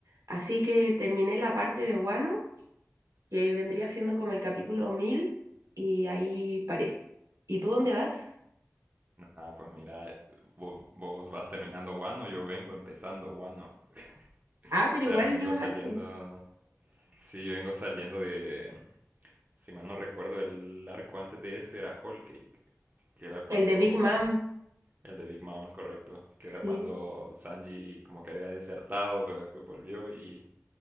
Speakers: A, on the right (about 75°); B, on the right (about 35°).
A: Así que terminé la parte de Wano, que vendría siendo como el capítulo 1000 y ahí paré. ¿Y tú dónde vas?
B: nada pues mira, vos, vos vas terminando guano, yo vengo empezando guano. <laughs>
A: Ah, pero
B: O sea,
A: igual
B: vengo
A: llevas
B: saliendo.
A: harto.
B: Sí, vengo saliendo de. Si mal no recuerdo, el arco antes de ese era Whole Cake, que era cuando.
A: El de Big Mom.
B: El de Big Mom, correcto. Que era
A: Sí.
B: cuando Sanji como que había desertado, pero después volvió y.